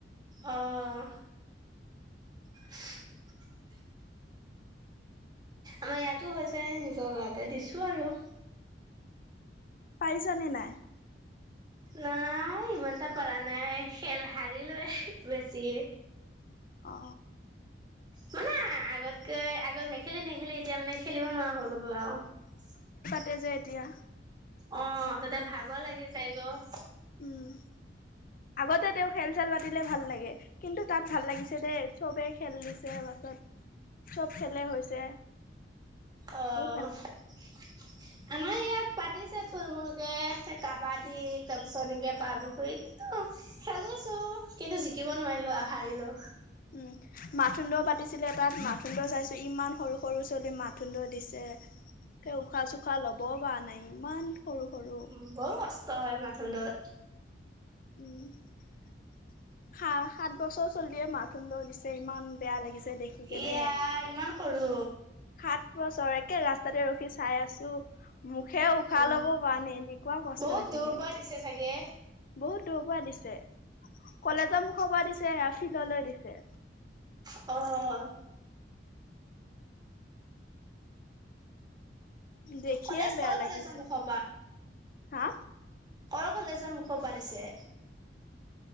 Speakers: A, on the right; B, on the left.
A: অহ। <unintelligible> আমাৰ ইয়াতো হৈছে, নিজৰ গাঁৱত এ দিছো আৰু।
B: পাৰিছ নে নাই?
A: নাই ইমানটা পাৰা নাই খেল হাৰিলোৱে বেছি।
B: অ।
A: মানে আগতকৈ আগত নেখেলি, নেখেলি এতিয়া মানে খেলিব নোৱাৰা হৈ গ'লো আৰু।
B: তে যে এতিয়া।
A: অ, ' ভাগৰ লাগি যায়গে অ'।
B: উম, আগতে তেও খেল চেল পাতিলে ভাল লাগে। কিন্তু তাত ভাল লাগিছে দেই চবে খেল দিছে পাছত, চব খেলে হৈছে।
A: অহ।
B: বহুত ভাল
A: আমাৰ ইয়াত পাতিছে থুল মূলকে, হে কাবাডী তাৰ পিছত এনেকে পাৰ পুখুৰী কিন্তু খেলিছো, কিন্তু জিকিব নোৱাৰিলো আৰু। হাৰিলো
B: উম, মাথোন দও পাতিছিলে তাত মাথোন দৰ চাইছো ইমান সৰু সৰু ছোৱালী মাথোন দ দিছে, ত' উশাহ চোশাহ লব পৰা নাই ইমান সৰু সৰু
A: উ, বহু কষ্ট হয় মাথোন দত।
B: উম। সা-সাত বছৰ চলিয়ে মাথোন দ' দিছে, ইমান বেয়া লাগিছে। দেখি কেনে
A: এয়া ইমান সৰু।
B: সাত বছৰ ৰাস্তাতে ৰখি চাই আছো। মুখেৰে উশাহ
A: অ
B: ল'ব পৰা নাই, এনেকুৱাও কষ্ট
A: বহুত
B: হৈছে
A: দূৰ
B: ইয়াত।
A: পৰা দিছে চাগে
B: বহুত দূৰৰ পৰা দিছে, কলেজৰ মূ খবা দিছে আৰু ফিল্ডলৈ দিছে।
A: অ'।
B: দেখিয়ে
A: কলেজ
B: বেয়া
A: কৰ
B: লাগিছে।
A: কলেজৰ মুখৰ
B: হা।
A: অল কলেজৰ মুখৰ পা দিছে।